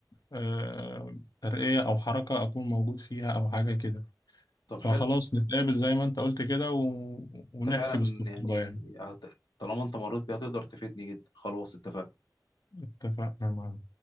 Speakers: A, on the left (about 60°); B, on the left (about 85°).
A: آه، ترقية أو حركة أكون موجود فيها أو حاجة كده
B: طب
A: فخلاص
B: حلو
A: نتقابل زي ما أنت قلت كده و... ونحكي
B: انت فعلا
A: باستفاضة
B: يعني
A: يعني
B: هت- طالما انت مريت بيها تقدر تفيدني جدا خلاص اتفقنا
A: اتفقنا معنا